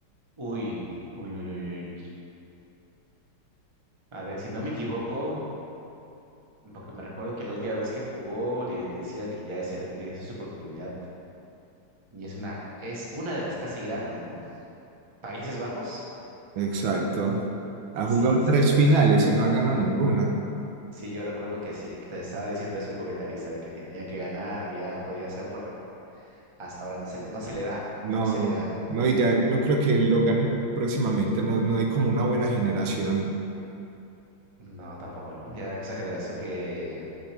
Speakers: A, on the right (about 20°); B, on the right (about 75°).
A: Uy, uy, uy, uy, uy. uy. A ver, si no me equivoco, porque me recuerdo que la última vez que jugó le decían que ya esa era, tenía su oportunidad. Y es una, es una de las casi grandes, ¿no? ¿Países Bajos?
B: Exacto. Ha
A: Sí,
B: jugado
A: sí,
B: tres
A: sí,
B: finales
A: sí.
B: y no ha ganado ninguna.
A: Sí, yo recuerdo que sí, te estaba diciendo eso el comentarista, de que tenía que ganar, que ya podía hacerlo, pero hasta ahora no se le, no se le da,
B: No,
A: no se le da.
B: no, y ya no creo que lo ganen próximamente, no, no hay como una buena generación.
A: No, tampoco, ¿no? Ya esa generación que,